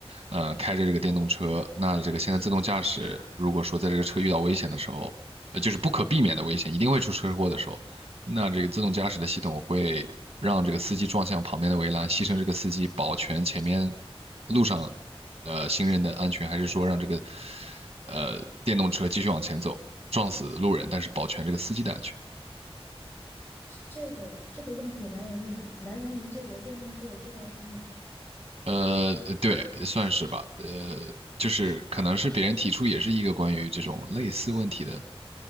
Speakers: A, on the right (about 60°); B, on the left (about 25°).
A: 呃，开着这个电动车，那这个现在自动驾驶，如果说在这个车遇到危险的时候，呃，就是不可避免的危险，一定会出车祸的时候，那这个自动驾驶的系统会让这个司机撞向旁边的围栏，牺牲这个司机，保全前面路上，呃，行人的安全，还是说让这个呃电动车继续往前走，撞死路人，但是保全这个司机的安全？
B: 这个这个问题来源于哪？来源于这个电动车的制造商吗？
A: 呃，对，算是吧。呃，就是可能是别人提出也是一个关于这种类似问题的